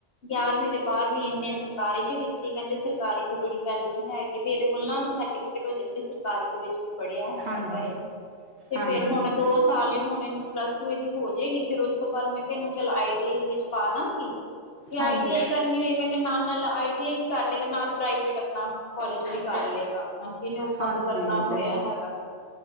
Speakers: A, on the left; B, on the right.
A: ਗਿਆਰਵੀਂ ਤੇ ਬਾਰਵੀਂ ਇੰਨੇ ਸਰਕਾਰੀ ਚ ਕੀਤੀ, ਕਹਿੰਦੇ ਸਰਕਾਰੀ ਤੇ ਬੜੀ ਵੈਲਿਊ ਹੈਗੀ। ਵੀ ਇਹਦੇ ਕੋਲ ਨਾ ਸਰਟੀਫਿਕੇਟ ਹੋ ਜੇਗਾ ਵੀ ਸਰਕਾਰੀ ਦੇ ਵਿੱਚ ਵੀ ਪੜ੍ਹਿਆ ਹੈਗਾ
B: ਹਾਂਜੀ
A: ਇਹ। ਤੇ
B: ਹਾਂਜੀ
A: ਫੇਰ ਹੁਣ ਦੋ ਸਾਲ ਨੇ, ਹੁਣ ਇਹਨੂੰ ਪਲੱਸ ਟੂ ਇਹਦੀ ਹੋ ਹੈਗੀ। ਫੇਰ ਉਸ ਤੋਂ ਬਾਅਦ ਮੈਂ ਕਿਹਾ ਇਨੂੰ ਚੱਲ ਆਈ ਟੀ ਆਈ ਦੇ ਵਿੱਚ ਪਾ ਦਾਂਗੀ। ਜੇ ਆਈ
B: ਹਾਂਜੀ
A: ਟੀ ਆਈ ਕਰਨੀ ਹੋਈ, ਮੈਂ ਕਿਹਾ ਨਾਲ-ਨਾਲ ਆਈ ਟੀ ਆਈ ਵੀ ਕਰ ਲਏਗਾ, ਨਾਲ ਪ੍ਰਾਈਵੇਟ ਆਪਨਾ ਕੋਲਜ ਵੀ ਕਰ ਲੇਗਾ। ਆਪ ਜਿਨੇ ਓਪਨ
B: ਹਾਂਜੀ
A: ਤੋਂ ਕਰਨਾ
B: ਇਹ
A: ਹੋਇਆ
B: ਤੇ
A: ਹੈਗਾ ਤੇ,